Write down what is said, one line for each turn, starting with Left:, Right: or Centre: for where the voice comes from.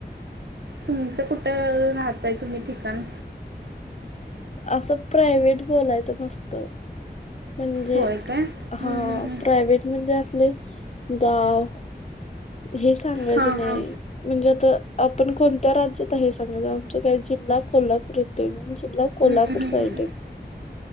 Right: तुमचं कुठं राहतय तुम्ही ठिकाण?
Left: असं प्रायव्हेट बोलायचं नसत. म्हणजे
Right: होय काय हम्म
Left: हा
Right: हम्म हम्म
Left: प्रायव्हेट म्हणजे अ गाव हे सांगायच
Right: हा
Left: नाही
Right: हा
Left: म्हणजे. तर आपण कोणत्या राज्यात आहे, सांगत आमचा काय जिल्हा कोल्हापूर येतोय म्हणून. जिल्हा कोल्हापूर
Right: हम्म हम्म
Left: साईड
Right: हम्म हम्म
Left: ये